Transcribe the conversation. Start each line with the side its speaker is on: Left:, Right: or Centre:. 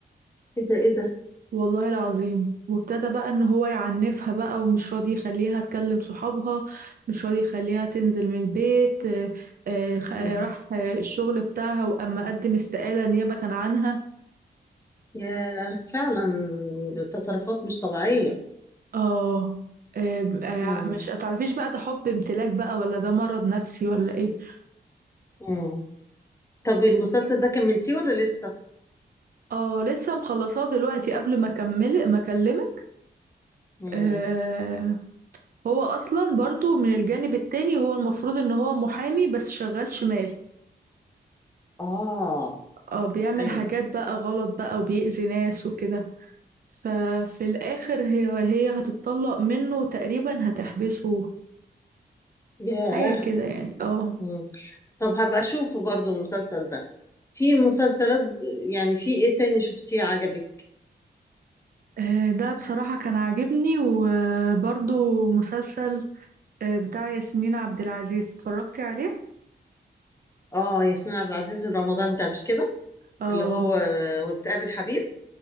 Left: ايه ده ايه ده
Right: والله العظيم وابتدى بقى ان هو يعنفها بقى ومش راضي يخليها تكلم صحابها مش راضي يخليها تنزل من البيت آه، آه، خ-
Left: مم.
Right: راح آه، الشغل بتاعها واما قدم استقالة نيابة عنها
Left: يا فعلا تصرفات مش طبيعية
Right: اه آه، آه،
Left: مم.
Right: مش هتعرفيش بقى ده حب امتلاك بقى ولا ده مرض نفسي ولا ايه
Left: مم. طب المسلسل ده كملتيه ولا لسه؟
Right: اه لسه مخلصاه دلوقتي قبل ما اكمل ما اكلمك
Left: مم.
Right: آه، هو اصلا برضو من الجانب التاني هو المفروض ان هو محامي بس شغال شمال
Left: آه
Right: اه بيعمل
Left: أيوه
Right: حاجات بقى غلط بقى وبيأذي ناس وكده ففي الآخر هي هي هتتطلق منه وتقريبا هتحبسه
Left: ياه
Right: حاجة كده يعني اه
Left: مم. طب هبقى أشوفه برضو المسلسل ده في مسلسلات يعني في إيه تاني شفتيه عجبك؟
Right: آه، ده بصراحة كان عاجبني وبرضو مسلسل آه، بتاع ياسمين عبد العزيز اتفرجتي عليه؟
Left: آه ياسمين عبد العزيز رمضان ده مش كده؟
Right: اه
Left: اللي هو آه، وتقابل حبيب